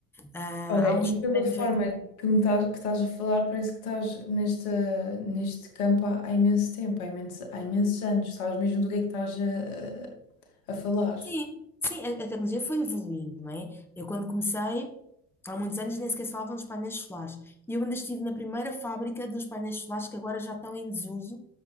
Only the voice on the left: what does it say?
Olha,
e
pela
forma
que me estás, que estás a falar, parece que estás nesta, neste campo há, há imenso tempo, há imenso, há imensos anos. Sabes mesmo do que é que estás a, a, a falar.